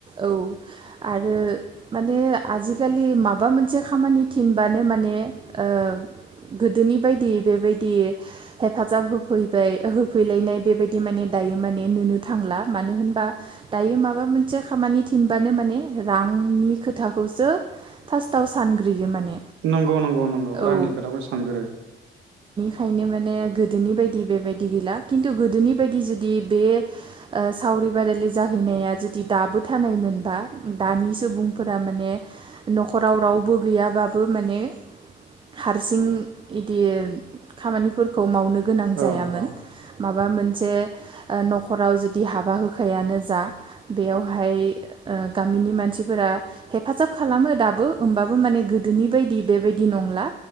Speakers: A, on the right; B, on the right.
A: औ आरो माने आजिखालि माबा मोनसे खामानि थिनबानो माने ओ गोदोनि बायदि बेबाय दि हेफाजाब होफैबाय होफैलायनाय बेबायदि माने दायो माने नुनो थांला मानो होनबा दायो माबा मोनसे खामानि थिनबानो माने रांनि खोथाखौसो फासथाव आव सानग्रोयो माने।
B: नंगौ नंगौ नंगौ रांनि
A: औ
B: खोथाखौ सानगोरो
A: खायनो माने गोदोनि बायदि बेबायदि गैला खिन्थु गोदोनि बायदि जुदि बे ओ सावरि बादालि जा हैनाया जुदि दाबो थानाय मोनबा दानि सुबुंफोरा माने न'खराव रावबो गैयाबाबो माने हारसिं इदि खामानिफोरखौ मावनो गोनां
B: औ
A: जायामोन
B: औ
A: मा बा मोनसे ओ न'खराव जुदि हाबा होनायानो जा बेयावहाय ओ गामिनि मानसिफोरा हेफाजाब खालामो दाबो ओमबाबो माने गोदोनि बायदि बेबायदि नंला